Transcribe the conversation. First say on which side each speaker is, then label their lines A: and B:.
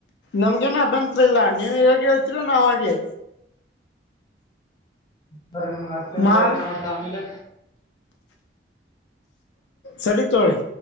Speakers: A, on the left; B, on the left.
A: ನಮ್ಗೇನ ಅಬ್ಯಂತರಿಲ್ಲ ನೀವು ಹೇಗೆ ಹೇಳ್ತೀರ ನಾವ್ ಹಾಗೆ.
B: ಸರ ನಿಮ್ಗೆ ಅಷ್ಟಂಟಾರ
A: ಮಾರ್
B: ಮತ್ತ ಆಮೇಲೆ.
A: ಸರಿ ತೋಳಿ.